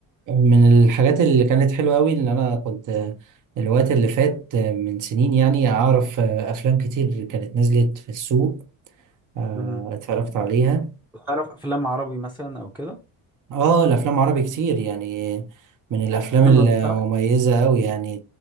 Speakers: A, on the right; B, in the centre.
A: من الحاجات اللي كانت حلوه قوي ان انا كنت الوقت اللي فات من سنين يعني اعرف افلام كتير كانت نزلت في السوق آه،
B: مهم.
A: اتفرجت عليها
B: بتعرف افلام عربي مثلا او كده
A: اه الافلام عربي كتير يعني من الافلام
B: انا
A: المميزه
B: ما- بصراحه
A: قوي يعني